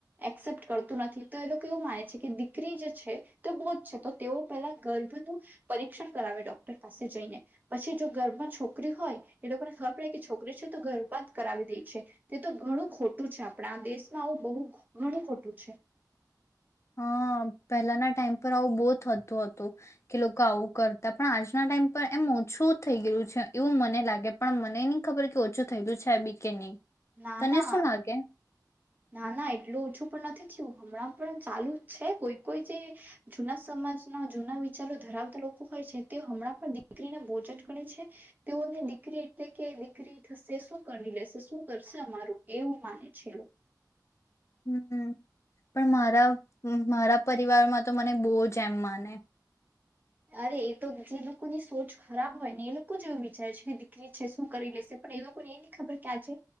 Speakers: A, on the right; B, on the left.
A: એક્સેપ્ટ કરતું નથી તો એ લોકો એવું માને છે કે છોકરી જે છે તે બૌદ્ધ છે તો તેઓ પહેલા ગર્ભનું પરીક્ષણ કરાવે ડોક્ટર પાસે જઈને પછી જો ગર્ભમાં છોકરી હોય એ લોકોને ખબર પડે કે છોકરી છે તો ગર્ભમાં જ કરાવી દે છે તે તો ઘણું ખોટું છે આપણા દેશમાં આવું બહુ ઘણું ખોટું છે
B: હા પહેલાના ટાઈમ પર આવું બહુ થતું હતું કે લોકો આવું કરતા પણ આજના ટાઈમ પર એમ ઓછું થઈ ગયલું છે એવું મને લાગે પણ મને નહી ખબર કે ઓછું થય ગયું છે બી કે નહીં
A: ના
B: તને
A: ના
B: શું લાગે
A: ના ના એટલું ઓછું પણ નથી થયું હમણાં પણ ચાલુ જ છે કોઈ કોઈ જે જૂના સમાજના જૂના વિચારો ધરાવતા લોકો હોય છે તે હમણાં પણ દીકરીને બોજ જ કરે છે તેઓને દીકરી એટલે કે દીકરી થશે શું કરી લેશે શું કરશે અમારું એવું માને છે
B: હમ પણ મારા મારા પરિવારમાં તો મને બહુ જ એમ માને
A: અરે એ તો જે લોકોની સોચ ખરાબ હોય ને એ લોકો જ એવું વિચારે છે કે દીકરી છે શું કરી લેશે પણ એ લોકોને એ નહી ખબર કે આજે